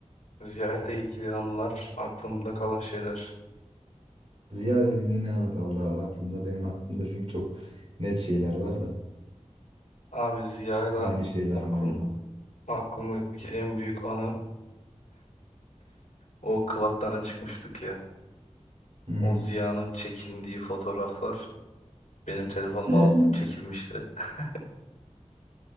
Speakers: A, on the left; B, on the right.
A: Ziya ile ilgili anılar. Aklımda kalan şeyler.
B: Ziyaretin ne anı kaldı abi aklında? Benim aklımda çünkü çok net şeyler var da.
A: Abi Ziya ile
B: Aynı şeyler
A: aklım,
B: mi acaba?
A: aklımdaki en büyük anı o club'dan çıkmıştık ya.
B: Hı hı.
A: O Ziya'nın çekindiği fotoğraflar benim telefonumu alıp
B: <laughs>
A: çekinmişti. <laughs>